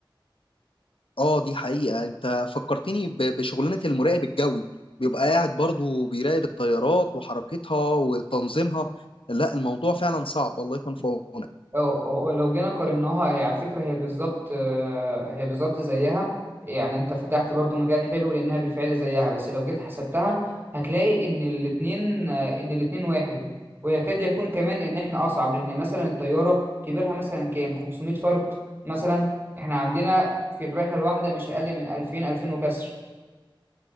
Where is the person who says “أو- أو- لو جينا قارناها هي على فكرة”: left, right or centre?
Right